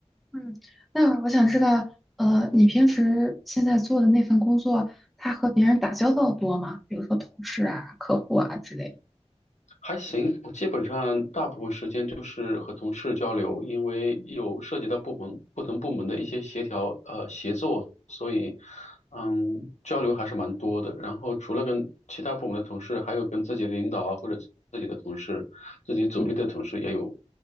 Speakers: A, in the centre; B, on the left.
A: 嗯，那我想知道，呃，你平时现在做的那份工作，他和别人打交道多吗？比如说同事啊、客户啊之类的。
B: 还行，我基本上大部分时间就是和同事交流，因为有涉及到部门不同部门的一些协调呃协作，所以嗯交流还是蛮多的。然后除了跟其他部门的同事，还有跟自己的领导啊或者自己的同事、自己组里的同事也有
A: 嗯